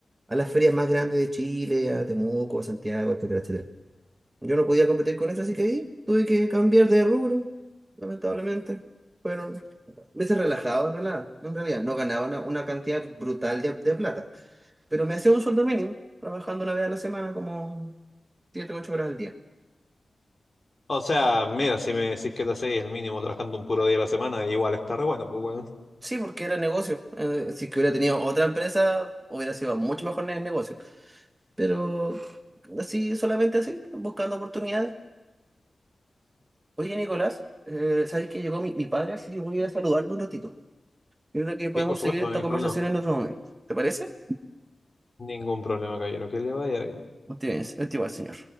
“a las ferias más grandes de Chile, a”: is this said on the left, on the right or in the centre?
Right